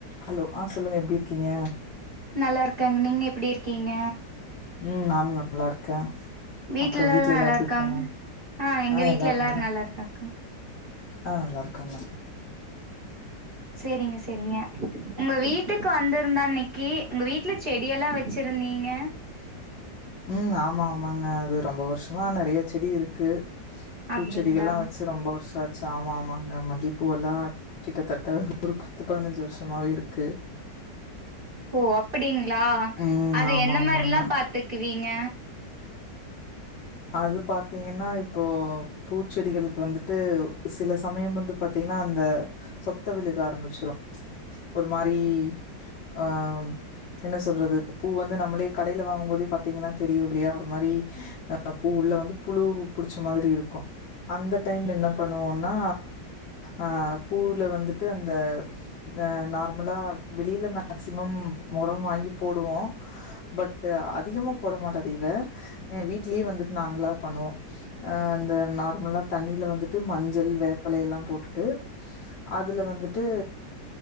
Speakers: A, on the left (about 75°); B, on the right (about 30°).
A: Hello ஆ சொல்லுங்க எப்டி இருக்கீங்க
B: நல்லாருக்கங்க நீங்க எப்டி இருக்கீங்க
A: ம் நானு நல்லா இருக்கே
B: வீட்ல
A: அப்றோ
B: எல்லாரு
A: வீட்லல்லா
B: நல்லா
A: எப்டி
B: இருக்காங்
A: இருக்காங்க
B: ஆ எங்க
A: அ
B: வீட்ல
A: எல்லாரு நல்லாருக்கு
B: நல்லா இருக்காங்க
A: ஆ நலாலாருக்காங்க
B: சேரிங்க சேரிங்க உங்க வீட்டுக்கு வந்திருந்த அன்னைக்கு உங்க வீட்ல செடியெல்லா வச் சிருந்தீங்க
A: ம் ஆமா ஆமாங்க அது ரொம்ப வருஷமா நறைய செடி இருக்கு பூச்செடிகள்ல்லா
B: அப்டிங்களா
A: வச்சு ரொம்ப வர்ஷோ ஆச்சு ஆமா ஆமாங்க மல்லிப்பூவெல்லா கிட்டத்தட்ட ஒரு பத்து பதினஞ்சு வருஷமாவே இருக்கு
B: ஓ அப்டிங்ளா
A: ம்
B: அது
A: ஆமா
B: எந்த
A: ஆமாங்க
B: மாரில்லா பாத்துக்குவீங்க
A: அது பாத்திங்கன்னா இப்போ பூச்செடிகளுக்கு வந்துட்டு சில சமயம் வந்து பாத்திங்கன்னா அந்த சொத்த விலுக ஆரம்பிச்சிரு ஒரு மாரி அ என்ன சொல்றது பூ வந்து நம்ளே கடையில வாங்கு போதே பாத்திங்கன்னா தெரியு இல்லையா ஒரு மாதிரி அ பூ உள்ள வந்து புழு புடிச்ச மாதிரி இருக்கு அந்த டைம்ல என்ன பண்ணுவோனா அ பூல வந்துட்டு அந்த அ நார்மலா வெளியில மேக்சிமம் மொரோ வாங்கி போடுவோ பட் அதிகமா போட மாட்டோ தவிர வீட்லியே வந்துட்டு நாங்ளா பண்ணுவோ அ இந்த நார்மலா தண்ணில வந்துட்டு மஞ்சள் வேப்பல எல்லா போட்டுட்டு அதுல வந்துட்டு